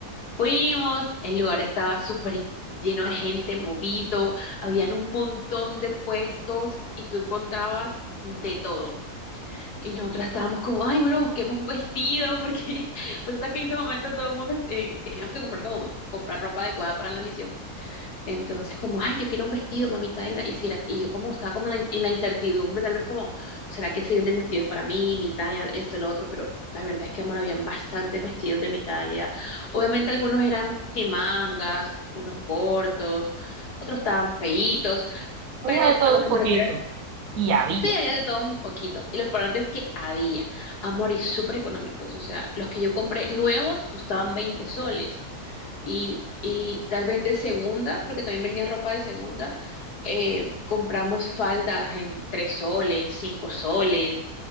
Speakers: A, on the left; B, on the right.
A: fuimos, el lugar estaba súper lleno de gente, movido, habían un montón de puestos y tú encontrabas de todo. Y nosotros estábamos como, ay, bueno, busquemos vestidos, porque <laughs> pues sabes que en ese momento todo el mundo eh, teníamos que comprar como comprar ropa adecuada para la misión. Entonces, como, ay, yo quiero un vestido, mamita, y, la- y si la- y yo como estaba como en la, in- en la incertidumbre, tal vez como, ¿será que sí venden vestidos para mí, mi talla, esto, lo otro? Pero la verdad es que, amor, habían bastantes vestidos de mi talla. Obviamente algunos eran sin mangas, unos cortos, otros estaban feitos,
B: Había
A: pero
B: de todo
A: a lo que
B: un
A: me
B: poquito.
A: refiero es,
B: Y había
A: sí, había de todo un poquito. Y lo importante es que había, amor, y súper económicos. O sea, los que yo compré nuevos costaban 20 soles y, y tal vez de segunda, porque también venía ropa de segunda, eh, compramos faldas en tres soles, cinco soles,